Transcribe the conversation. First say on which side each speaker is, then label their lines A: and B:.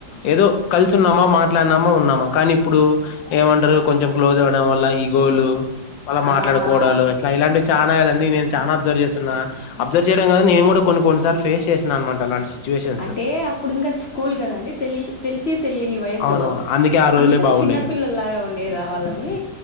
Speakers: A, on the left (about 75°); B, on the left (about 45°).
A: ఏదో కలిసున్నామ మాట్ ట్లనమ్మ ఉన్నామా కనీప్పుడు ఏమంటరు కొంచెం క్లోజ్ అవ్వడం వల్ల ఈగోలు వాళ్ళ
B: ఆ
A: మాట్లాడుకోవడాలు
B: ఆ
A: ఇట్ల ఇలాంటివి చానా కదండి నేను చా అబ్జర్వ్ చేస్తున్నా అబ్జర్వ్ చేయడం గాదు నేను కూడా కొన్ని కొన్ని సార్లు ఫేస్ చేసిన అనమాట అలాంటి సిచ్యువేషన్స్
B: అంటే అప్పుడు ఇంకా స్కూల్ గదండి తెలియ తెలిసి తెలియని వయస్సు
A: అవునవును అందుకే ఆ రోజులే
B: అంత
A: బాగుండేవి
B: చిన్న పిల్లల్లాగా ఉండేదవాళ్ళమి